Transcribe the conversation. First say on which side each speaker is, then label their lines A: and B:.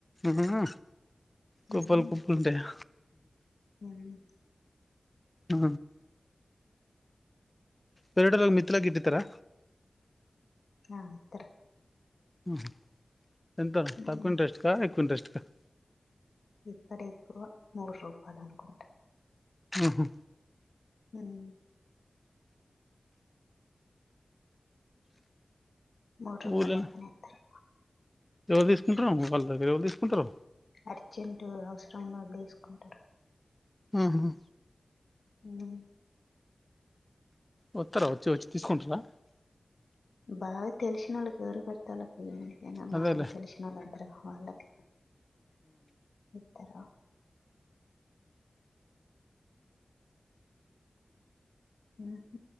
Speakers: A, on the left; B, on the left.
A: ఆహా కుప్పల్
B: ఉమ్
A: కుప్పలు ఉంటాయా.
B: ఉమ్
A: ఆ వెరేటోళ్ళకు మిత్తికిల గిట్ల ఇతరా.
B: ఆ ఇతరు.
A: ఆహా ఎంత
B: ఉమ్
A: తక్కువ ఇంట్రస్ట్కా ఎక్కువ ఇంట్రెస్ట్కా. సత్త
B: ఇక్కడ ఎక్కువ మూడు రూపాయలు అనుకుంట.
A: ఆహో
B: ఉం మూరు రూపాయ
A: ఊర్లల
B: లెక్కన ఇతారు
A: ఎవరు తీసుకుంటారో వాళ్ళ దగ్గర ఎవరు తీసుకుంటారో
B: అర్జెంట్ అవసరం వదిలు వేసుకుంటారు
A: ఆహా
B: హ
A: వస్తారా వచ్చి వచ్చి తీసుకుంటారా
B: బాగా తెలిసిన వాళ్ళు గౌరవపడత వాళ్ ఏనా
A: అదేలే
B: మా తెలిసిన వాళ్ళ అందరగా అలాగే ఇతర హమ్